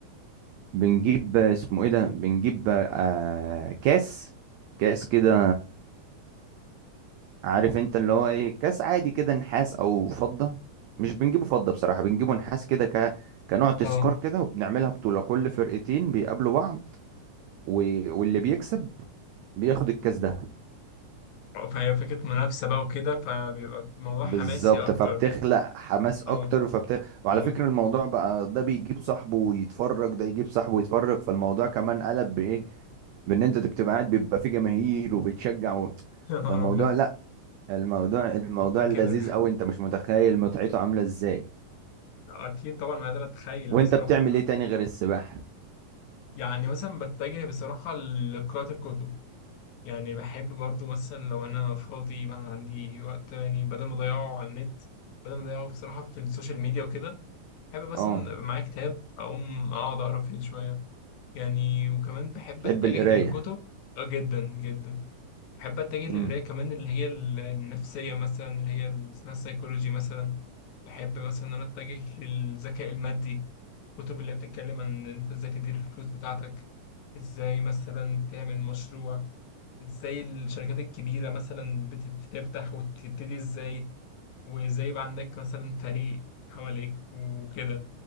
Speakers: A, on the right; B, on the left.
A: بنجيب آه، اسمه ايه ده بنجيب آه كاس كاس كده عارف انت اللي هو ايه كاس عادي كده نحاس او فضة مش بنجيبه فضة بصراحة بنجيبه نحاس كده ك... كنوع تذكار
B: اه
A: كده وبنعملها بطولة كل فرقتين بيقابلوا بعض و... واللي بيكسب بياخد الكاس ده
B: آه، فهي فكرة منافسة بقى وكده فبيبقى الموضوع
A: بالظبط
B: حماسي أكتر
A: فبتخلق حماس اكتر
B: اه
A: فبت... وعلى
B: اه
A: فكرة الموضوع بقى ده بيجيب صاحبه ويتفرج ده يجيب صاحبه ويتفرج فالموضوع كمان قلب بايه بان انت بتبقى قاعد بيبقى في جماهير وبتشجع و...
B: <laughs> يا نهار
A: فالموضوع
B: أبيض
A: لا الموضوع الموضوع
B: الموضوع كبر
A: لذيذ قوي انت مش متخيل متعته عاملة ازاي
B: <laughs> أكيد طبعا أنا قادر أتخيل
A: وانت
B: بصراحة
A: بتعمل ايه تاني غير السباحة
B: يعني مثلا بتجه بصراحة لقراءة الكتب يعني بحب برضو مثلا لو أنا فاضي ما عندي وقت يعني بدل ما أضيعه على النت بدل ما أضيعه بصراحة في السوشيال ميديا وكده بحب مثلا
A: اه
B: أبقى معايا كتاب أقوم أقعد أقرأ فيه شوية يعني وكمان بحب
A: تحب
B: أتجه
A: القراية
B: للكتب آه، جدا جدا بحب أتجه للقراية
A: امم
B: كمان اللي هي النفسية مثلا اللي هي اللي اسمها السيكولوجي مثلا بحب مثلا إن أنا أتجه للذكاء المادي كتب اللي هي بتتكلم عن إن أنت إزاي تدير الفلوس بتاعتك إزاي مثلا تعمل مشروع إزاي الشركات الكبيرة مثلا بت- بتفتح وتبتدي إزاي وإزاي يبقى عندك مثلا فريق حواليك وكده